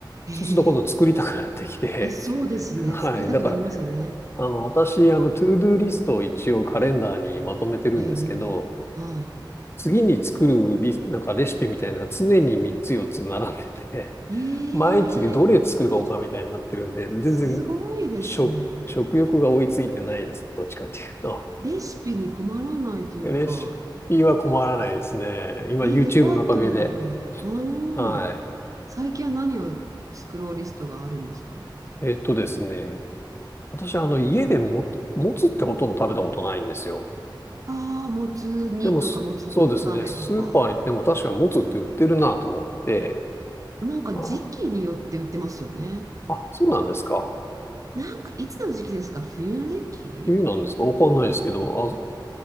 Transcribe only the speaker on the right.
ええ
いや、そうですね。
作りたくなりますよね。
ええええは
い。
ええ
すごいですね。
レシピに困らないというか、
ね、
レパートリーが多い。
うーん。
最近は何を作ろうリストがあるんですか
ああー、もつ煮とか、
もつ鍋とか。
なんか時期によって売ってますよね。
なんかいつの時期ですか冬の時期